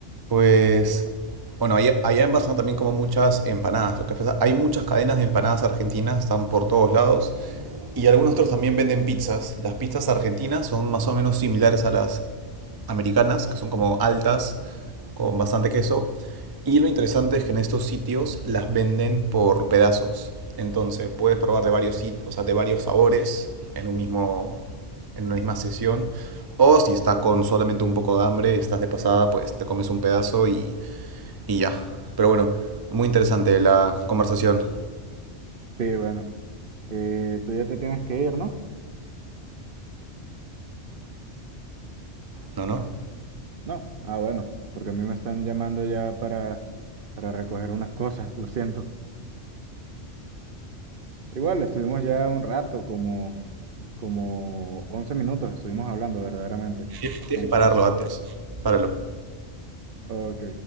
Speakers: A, on the right; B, on the right.
A: Pues, bueno, allá, allá en Barcelona también como muchas empanadas. Lo que pasa, hay muchas cadenas de empanadas argentinas, están por todos lados. Y algunos otros también venden pizzas. Las pizzas argentinas son más o menos similares a las americanas, que son como altas, con bastante queso. Y lo interesante es que en estos sitios las venden por pedazos. Entonces puedes probar de varios sitios, o sea, de varios sabores en un mismo, en una misma sesión. O si estás con solamente un poco de hambre y estás de pasada, pues te comes un pedazo y, y ya. Pero bueno, muy interesante la conversación,
B: Sí, bueno. Eh, tú ya te tienes que ir, ¿no?
A: ¿no? ¿No?
B: No. Ah, bueno, porque a mí me están llamando ya para, para recoger unas cosas, lo siento. Igual, estuvimos ya un rato, como, como 11 minutos estuvimos hablando verdaderamente.
A: Tienes tienes
B: Entonces...
A: que pararlo antes. Páralo.
B: Ok.